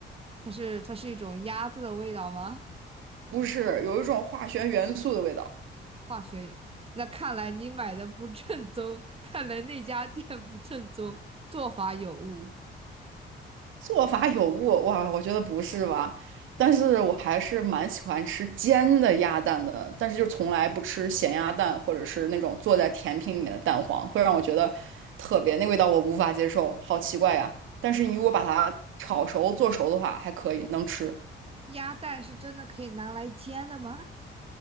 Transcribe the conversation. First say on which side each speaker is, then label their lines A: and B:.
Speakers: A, on the right; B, on the right.
A: 它是它是一种鸭子的味道吗？
B: 不是，有一种化学元素的味道，
A: 化学原那看来你买的不正宗，看来那家店不正宗，做法有误。
B: 做法有误，哇，我觉得不是吧？但是我还是蛮喜欢吃煎的鸭蛋的，但是就从来不吃咸鸭蛋或者是那种做在甜品里面的蛋黄，会让我觉得特别，那味道我无法接受，好奇怪呀。但是你如果把它炒熟做熟的话，还可以，能吃。
A: 鸭蛋是真的可以拿来煎的吗？